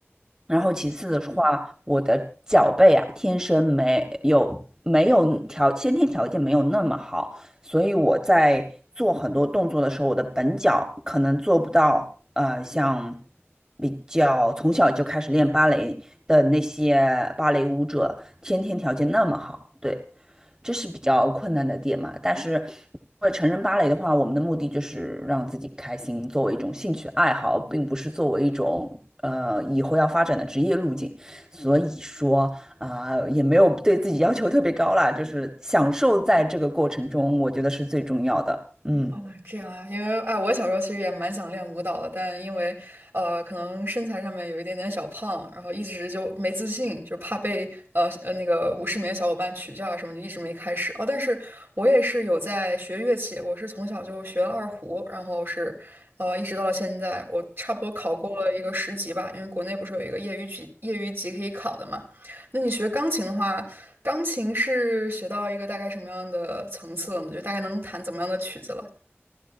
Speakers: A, on the right; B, on the right.
A: 然后其次的话，我的脚背啊，天生没有没有条先天条件没有那么好，所以我在做很多动作的时候，我的本脚可能做不到，呃，像比较从小就开始练芭蕾的那些芭蕾舞者，先天条件那么好。对，这是比较困难的点嘛。但是，因为成人芭蕾的话，我们的目的就是让自己开心，作为一种兴趣爱好，并不是作为一种呃以后要发展的职业路径。所以说啊、也没有对自己要求特别高啦，就是享受在这个过程中，我觉得是最重要的。嗯。
B: 哦，这样啊，因为哎，我小时候其实也蛮想练舞蹈的，但因为呃，可能身材上面有一点点小胖，然后一直就没自信，就怕被呃呃那个舞室里的小伙伴取笑啊什么，就一直没开始。哦，但是我也是有在学乐器，我是从小就学了二胡，然后是呃一直到现在，我差不多考过了一个十级吧，因为国内不是有一个业余级业余级可以考的嘛。那你学钢琴的话，钢琴是学到一个大概什么样的层次了呢？就大概能弹怎么样的曲子了？